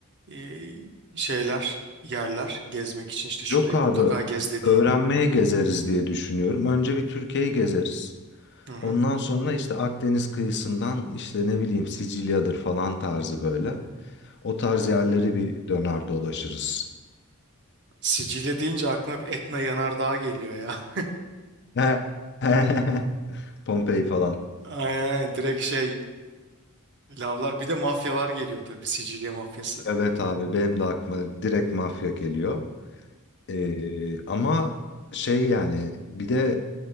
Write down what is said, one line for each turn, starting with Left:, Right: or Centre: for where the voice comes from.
Right: e, şeyler, yerler gezmek için işte şurayı
Left: Yok abi,
Right: mutlaka gez dediğin?
Left: öğrenmeye gezeriz diye düşünüyorum. Önce bir Türkiye'yi gezeriz.
Right: Hı hı.
Left: Ondan sonra işte Akdeniz kıyısından işte ne bileyim Sicilya'dır falan tarzı böyle. O tarz
Right: Ha.
Left: yerleri bir döner dolaşırız.
Right: Sicilya deyince aklıma hep Etna Yanardağ geliyor ya.
Left: <laughs> Pompei falan.
Right: <laughs> Aynen, aynen. direkt şey lavlar bir de mafyalar geliyor tabii Sicilya mafyası.
Left: Evet abi benim de aklıma direkt mafya geliyor. Ee, ama şey yani bir de